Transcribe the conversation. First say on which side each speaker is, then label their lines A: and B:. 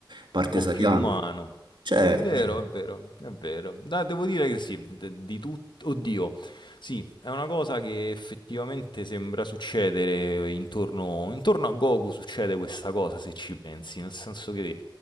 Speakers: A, on the right; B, on the left.
A: parte
B: po'
A: Saiyan.
B: più umano.
A: Certo,
B: È vero,
A: certo.
B: è vero, è vero. Da devo dire che sì, de di tut oddio, sì, è una cosa che effettivamente sembra succedere intorno intorno a Goku succede questa cosa se ci pensi, nel senso che